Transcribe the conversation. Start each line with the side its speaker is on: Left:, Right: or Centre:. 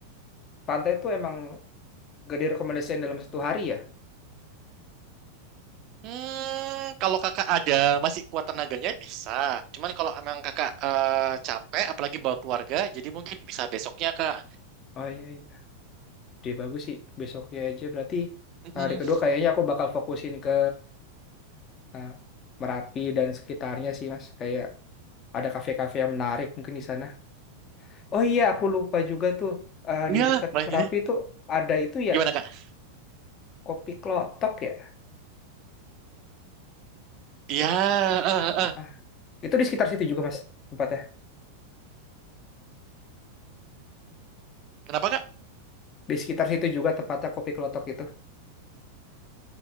Left: pantai itu emang gak direkomendasikan dalam satu hari ya?
Right: Hmm, kalau kakak ada masih kuat tenaganya bisa. Cuman kalau emang kakak eh, capek, apalagi bawa keluarga, jadi mungkin bisa besoknya kak.
Left: Oh iya iya, dia bagus sih. Besoknya aja berarti
Right: Mm-mm.
Left: hari kedua kayaknya aku bakal fokusin ke eh, Merapi dan sekitarnya sih Mas. Kayak ada kafe-kafe yang menarik mungkin di sana. Oh iya, aku lupa juga tuh eh,
Right: Ya,
Left: di dekat
Right: baiknya.
Left: Merapi itu ada itu ya
Right: Gimana kak?
Left: kopi klotok ya.
Right: Ya, eh, eh, eh.
Left: Ah, itu di sekitar situ juga Mas tempatnya.
Right: Kenapa kak?
Left: Di sekitar situ juga tempatnya kopi klotok itu.